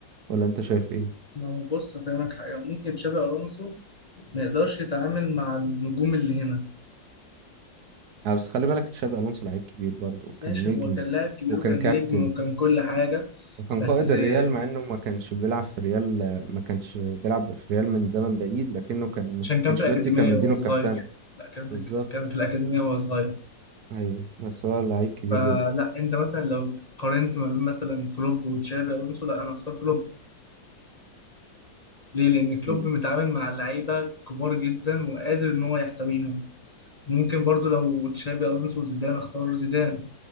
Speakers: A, on the right; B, on the left.
A: ولا انت شايف ايه
B: ما هو بص افهمك حاجه ممكن تشابي الونسو ما يقدرش يتعامل مع النجوم اللي هنا
A: آه، بس خلي بالك تشابي الونسو لعيب كبير برضه وكان
B: ماشي
A: نجم
B: هو كان لاعب كبير
A: وكان
B: وكان
A: كابتن
B: نجم وكان كل حاجه
A: وكان
B: بس
A: قائد الريال
B: آه
A: مع انه ما كانش بيلعب في الريال ما كانش بيلعب في الريال من زمن بعيد لكنه كان
B: عشان كان
A: انشيلوتي
B: في الاكاديميه
A: كان مدينه
B: وهو صغير
A: الكابتنة
B: لا كان في
A: بالظبط
B: كان في الاكاديميه وهو صغير
A: ايوه بس هو لعيب كبير
B: فلا
A: جدا
B: انت مثلا لو قارنت ما بين مثلا كلوب وتشابي الونسو لا انا اختار كلوب ليه لان كلوب
A: م.
B: متعامل مع اللعيبه كبار جدا وقادر ان هو يحتويهم ممكن برضو لو تشابي الونسو زيدان اختار زيدان